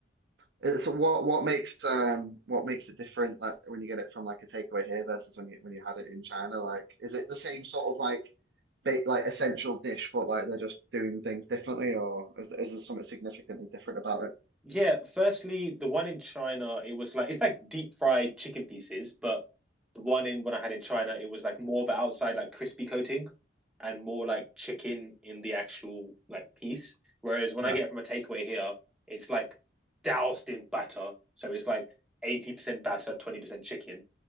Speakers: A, on the right; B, in the centre.
A: It's what what makes um what makes it different like when you get it from like a takeaway here versus when you when you had it in China? Like is it the same sort of like ba like essential dish but like they're just doing things differently or is is there something significantly different about it?
B: Yeah, firstly, the one in China, it was like it's like deep fried chicken pieces, but the one in when I had in China, it was like more of an outside like crispy coating and more like chicken in the actual like piece. Whereas when
A: Right.
B: I get it from a takeaway here, it's like doused in batter, so it's like 80% batter, 20% chicken,